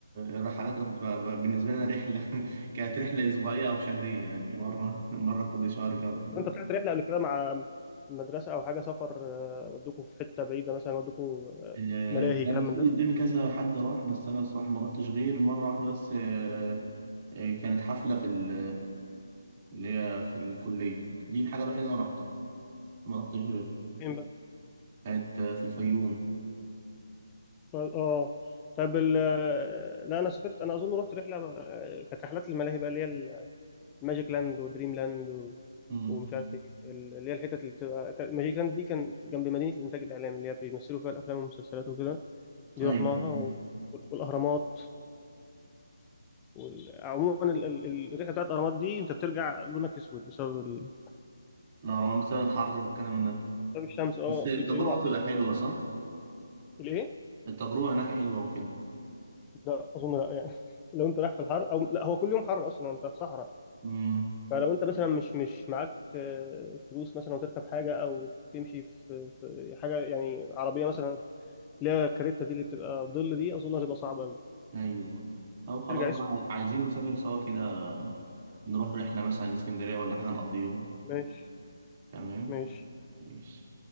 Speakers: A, on the right; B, on the left.
A: الرحلات اللي كنت ب... ب- بالنسبة لنا رحلة <laughs> كانت رحلة أسبوعية أو شهرية يعني مرة <laughs> مرة كل شهر كان
B: طب انت طلعت رحله قبل كده مع مدرسه او حاجه سفر آه، ودوكوا في حته بعيده مثلا ودوكوا آه،
A: آه،
B: ملاهي
A: كان
B: كلام
A: في
B: من ده
A: قدامي كذا حد راح بس أنا الصراحة ما رحتش غير مرة واحدة بس آه، آه، كانت حفلة في ال... اللي هي في الكلية دي الحاجة الوحيدة اللي أنا رحتها ما رحتش غيرها
B: فين بقى
A: كانت آه، في الفيوم
B: طب اه طب ال آه، لا انا سافرت انا اظن رحت رحله آه، كانت رحلات الملاهي بقى اللي هي الماجيك لاند ودريم لاند و...
A: مم.
B: ومش عارف ايه ال- اللي هي الحتت اللي بتبقى كان- ماجيك لاند دي كان جنب مدينه الانتاج الاعلامي اللي هي بيمثلوا فيها الافلام والمسلسلات وكده دي
A: أيوة
B: رحناها و... والاهرامات وال- عموما ال- ال- ال- الرحله بتاعت الاهرامات دي انت بترجع لونك اسود بسبب ال-
A: لا روان بسبب الحر والكلام ده
B: بسبب الشمس اه
A: بس التجربة
B: بيبقى يوم عصيب
A: تبقى حلوة صح؟
B: الايه؟
A: التجربة هناك حلوة وكده
B: لا اظن لا يعني <laughs> لو انت رايح في الحر او لا هو كل يوم حر اصلا انت في صحراء
A: مم.
B: فلو انت مثلا مش مش معاك آه، فلوس مثلا وتركب حاجه او تمشي في في حاجه يعني عربيه مثلا اللي هي الكاريتا دي اللي بتبقى ظل دي اظن هتبقى صعبه قوي
A: ايوه طب خلاص
B: ترجع
A: بقى
B: اسود
A: عايزين نسافر سوا كده نروح رحلة مثلا اسكندرية ولا حاجة نقضي يوم
B: ماشي
A: تمام
B: ماشي
A: ماشي